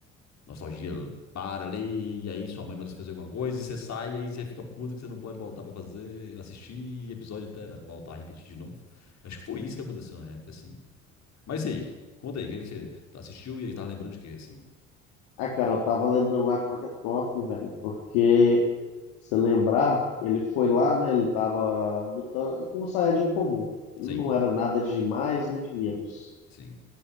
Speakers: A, on the left; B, on the left.
A: Nostalgia para ali, e aí sua mãe manda você fazer alguma coisa, e você sai, e aí você fica puto que você não pode voltar pra fazer, assistir episódio até voltar a repetir de novo. Acho que foi isso que aconteceu na época, assim. Mas e aí? Conta aí, o que que você tá- assistiu e aí tá lembrando de quê, assim?
B: Ah, cara, eu tava lembrando lá como é que é top, velho. Porque, se lembrar, ele foi lá, né? Ele tava lutando com um Saiyajin comum. Ele
A: Sim,
B: não era nada de mais nem de menos.
A: sim.